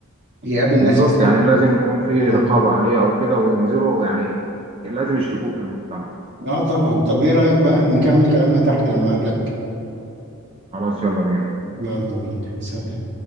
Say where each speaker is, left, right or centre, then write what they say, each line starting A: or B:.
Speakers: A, on the right (about 50°); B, on the right (about 25°).
A: يقابل
B: بالظبط
A: ناس في سنه
B: يعني
A: يكلمهم
B: لازم يكون
A: يقابلهم
B: في رقابه عليه او كده وينزلوا يعني لازم يشركوه في المجتمع
A: اه طبعا طب ايه رايك بقى نكمل كلامنا تحت لما اقابلك
B: خلاص يلا بينا
A: يلا بينا سلام